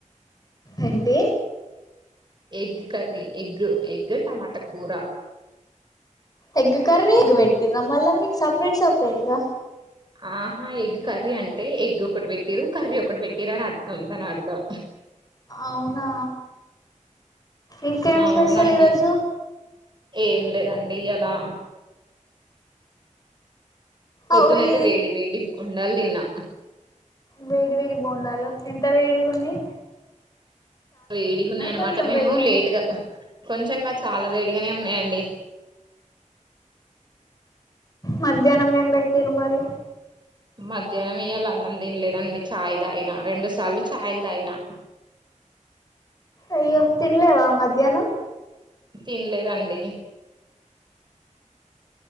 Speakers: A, on the left; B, on the right.
A: అంటే
B: ఎగ్ కర్రీ ఎగ్ ఎగ్ టమాట కూర
A: ఎగ్ కర్రీ ఎగ్ బెట్టిందా మర్ల మీకు సపరేట్ సపరేట్గా
B: ఆహ ఎగ్ కర్రీ అంటే ఎగ్ ఒకటి పెట్టిరు కర్రీ ఒకటి పెట్టిరు అని అర్ధం దాని అర్థం
A: అవునా ఇంకేం
B: అవునండి
A: స్పెషల్ ఈరోోజు
B: ఏం లేదండి ఈయలా పొద్దునయితే
A: అవి
B: వేడి వేడి బొండాల్ తిన్నా
A: వేడి వేడి బొండాలల ఎంత వేడిగ ఉన్నాయ్
B: వేడిగ ఉన్నాయన్నమాట
A: కొంచెం
B: మేము
A: వేడిగానా
B: లేటుగా కొంచంగా చాలా వేడిగనే ఉన్నాయ్ అండి
A: మధ్యాహ్నం ఏం పెట్టిరు మరి
B: మధ్యాహ్నం ఇయాల అన్నం తినలేదండి చాయ్ తాగిన రెండు సార్లు చాయ్ తాగిన
A: అయ్యో తిన్లేవ మధ్యాహ్నం
B: తిన్లేదండి